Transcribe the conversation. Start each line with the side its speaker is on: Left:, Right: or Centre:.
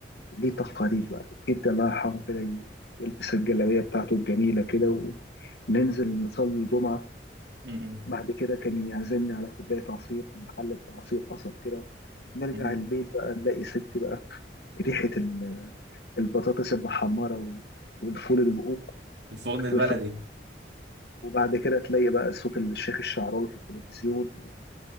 Left: ليه تقاليد بقى جدي الله يرحمه كده ي- يلبس الجلابية بتاعته الجميلة كده وننزل نصلي الجمعة
Right: م-م.
Left: بعد كده كان يعزمني على كوباية عصير من محل بتاع عصير قصب كده نرجع
Right: م-م.
Left: البيت بقى نلاقي ستي بقى ريحة ال- البطاطس المحمرة وال- والفول المقوط
Right: في الفرن البلدي
Left: والف... وبعد كده تلاقي بقى صوت الشيخ الشعراوي في التلفزيون